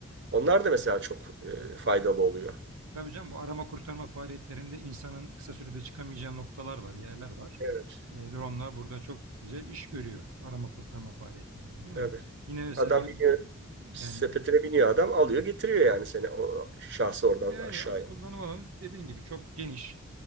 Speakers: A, on the right; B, on the right.
A: Onlar da mesela çok e, faydalı oluyor.
B: Tabii canım bu arama kurtarma faaliyetlerinde insanın kısa sürede çıkamayacağı noktalar var, yerler var.
A: Evet,
B: E, dronelar burada çok güzel iş görüyor arama kurtarma faaliyetlerinde değil
A: tabii.
B: mi? Yine mesela
A: Adam
B: bu
A: biniyor, sepetine
B: yani
A: biniyor adam alıyor getiriyor yani seni o şahsı oradan
B: yani
A: aşağıya.
B: kullanım alanı dediğin gibi çok geniş.